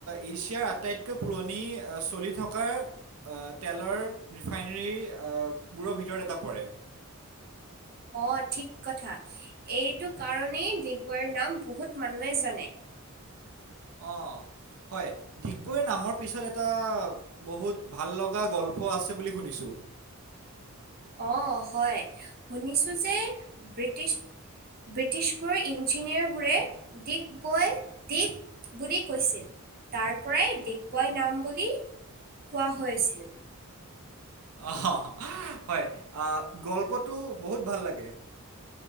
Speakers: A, on the right (about 80°); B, on the right (about 40°).
A: এছিয়াৰ আটাইতকৈ পুৰণি চলি থকা তেলৰ ৰিফাইনেৰী, আহ বোৰৰ ভিতৰত এটা পৰে।
B: অ', ঠিক কথা, এইটো কাৰণেই ডিগবৈৰ নাম বহুত মানুহে জানে।
A: অ', হয়, ডিগবৈৰ নামৰ পিছত এটা বহুত ভাল লগা গল্প আছে বুলি শুনিছো।
B: অ', হয়, শুনিছোঁ যে ব্ৰিটিছ ব্ৰিটিছবোৰৰ ইঞ্জিনিয়াৰবোৰে, দিগবৈৰ দিগ বুলি কৈছিল, তাৰ পৰাই ডিগবৈ নাম বুলি কোৱা হৈছিল।
A: অ', হয়, আহ গল্পটো বহুত ভাল লাগে।